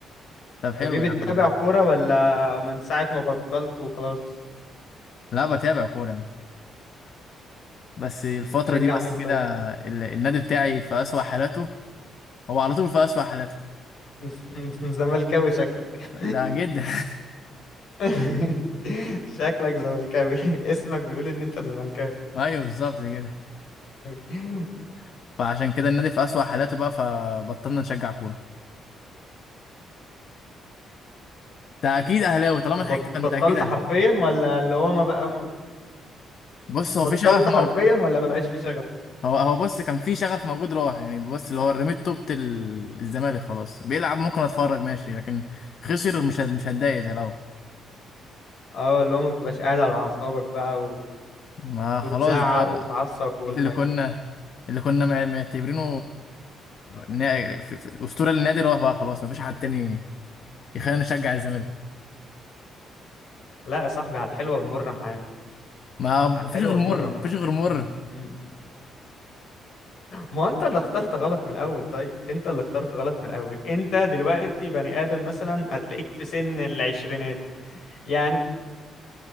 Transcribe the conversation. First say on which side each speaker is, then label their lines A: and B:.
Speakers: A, on the left (about 55°); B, on the left (about 70°).
A: طب حلو
B: طب إيه بتتابع
A: يا عم والله
B: كورة ولا من ساعة ما بطلت وخلاص
A: لا بتابع كورة يعني بس الفترة
B: بتشجع
A: دي بس
B: مين
A: كده
B: طيب؟
A: ال- النادي بتاعي في أسوأ حالاته هو على طول في أسوأ حالاته
B: <laughs> زملكاوي شكلك
A: ده جدا
B: <laughs> شكلك زملكاوي اسمك بيقول إن أنت زملكاوي
A: <laughs> ايوه بالظبط كده
B: <laughs>
A: فعشان كده النادي في أسوأ حالاته بقى فبطلنا نشجع كورة انت اكيد اهلاوي طالما
B: بط-
A: ضحكت فانت
B: بطلت
A: اكيد اهلاوي
B: حرفيا ولا اللي هو ما بقى
A: بص هو
B: بطلت
A: في شغف
B: حرفيا
A: موجود
B: ولا ما بقاش في شغف
A: هو هو بص كان في شغف موجود راح يعني بص اللي هو رميت توبة ال- الزمالك خلاص بيلعب ممكن اتفرج ماشي لكن خسر مش هت- مش هتضايق زي الاول
B: اه اللي هو ما بتبقاش قاعد على اعصابك بقى و...
A: ما خلاص
B: وتزعق
A: بقى
B: وتتعصب والحاجة
A: اللي كنا اللي كنا مع- معتبرينه نا- في- في- اسطوره للنادي راح بقى خلاص ما
B: <laughs>
A: فيش حد تاني يخلينا نشجع الزمالك
B: لا يا صاحبي على الحلوة والمرة معاه
A: ما
B: على الحلوة
A: فيش غير
B: والمرة
A: مر
B: معاه
A: ما فيش غير مر
B: <laughs> ما هو انت اللي اخترت غلط من الاول طيب انت اللي اخترت غلط من الاول انت دلوقتي بني ادم مثلا هتلاقيك في سن العشرينات يعني